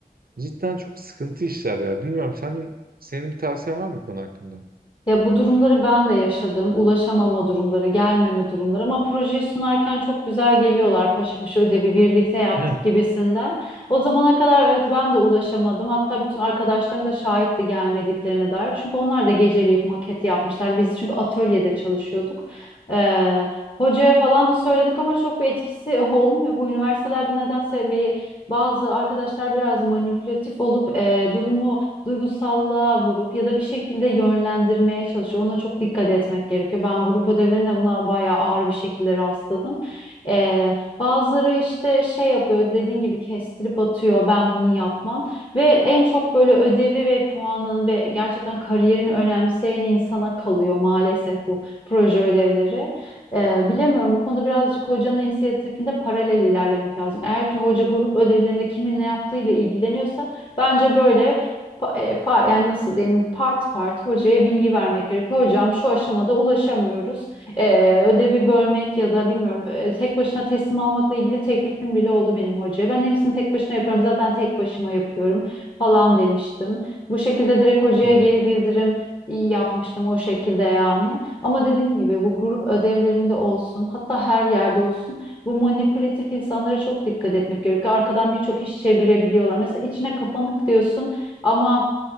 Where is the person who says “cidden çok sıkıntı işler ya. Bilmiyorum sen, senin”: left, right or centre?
Right